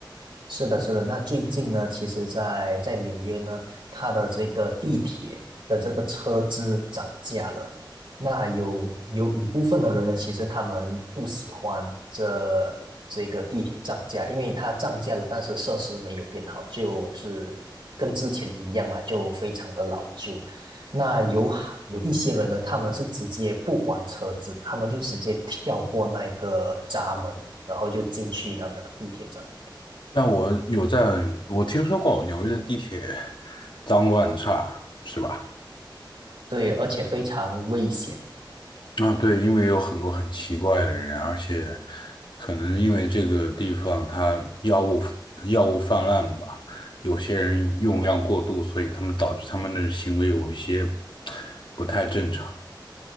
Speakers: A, on the right; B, on the left.
A: 是的，是的。那最近呢，其实在，在纽约呢，它的这个地铁的这个车资涨价了。那有有一部分的人呢，其实他们不喜欢这这个地铁涨价，因为它涨价了，但是设施没有变好，就是跟之前一样嘛，就非常的老旧。那有好有一些人呢，他们是直接不还车资的，他们就直接跳过那一个闸门，然后就进去到那个地铁站里。
B: 但我有在，我听说过纽约的地铁脏乱差，是吧？
A: 对，而且非常危险。
B: 啊，对，因为有很多很奇怪的人，而且可能因为这个地方它药物药物泛滥吧，有些人用量过度，所以他们导致他们的行为有一些不太正常。